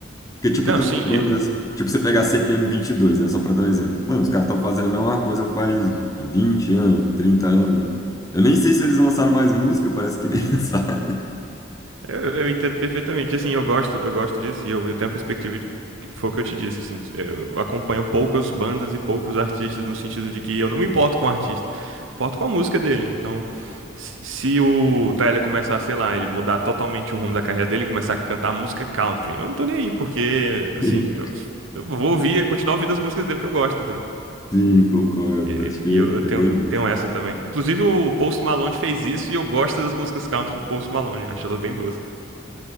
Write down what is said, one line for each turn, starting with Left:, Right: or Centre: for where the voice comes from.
Left: Porque, tipo,
Right: Não,
Left: tem
Right: sim,
Left: umas bandas, tipo, você pegar a CPM dois, né, só para dar um exemplo. Mano, os caras estão fazendo a mesma coisa faz 20 anos, 30 anos. Eu nem sei se eles lançaram mais música, parece que nem <laughs> lançaram.
Right: Eu, eu entendo perfeitamente. Assim, eu gosto, eu gosto disso e eu, eu tenho a perspectiva de, foi o que eu te disse, assim, eu acompanho poucas bandas e poucos artistas no sentido de que eu não me importo com o artista, me importo com a música dele. Então, se, se o Tyler começar, sei lá, ele mudar totalmente o rumo da carreira dele, e começar a cantar música country, eu não tô nem aí, porque assim,
Left: Sim,
Right: eu, eu vou ouvir, continuar ouvindo as músicas dele que eu gosto, entendeu?
Left: sim, concordo.
Right: E,
Left: Acho
Right: e
Left: que
Right: eu, eu tenho,
Left: é bem
Right: tenho
Left: isso.
Right: essa também. Inclusive o Post Malone fez isso e eu gosto das músicas country do Post Malone, acho elas bem boas.